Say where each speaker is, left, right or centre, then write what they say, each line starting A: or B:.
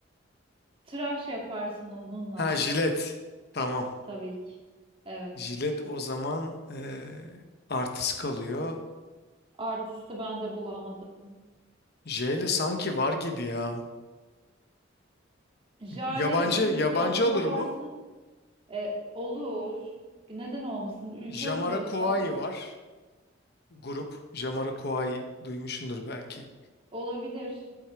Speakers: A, on the right; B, on the left.
A: Tıraş yaparsın onunla
B: Ha jilet. Tamam.
A: tabii ki. Evet.
B: Jilet o zaman e, artist kalıyor.
A: Artisti ben de bulamadım.
B: J ile sanki var gibi ya.
A: Jale
B: Yabancı
A: ya da Jülide
B: yabancı
A: adında
B: olur
A: varsın.
B: mu?
A: E, olur. Neden olmasın? Ülke
B: Jamiroquai
A: oluyorsa
B: var. Grup. Jamiroquai duymuşsundur belki.
A: olabilir.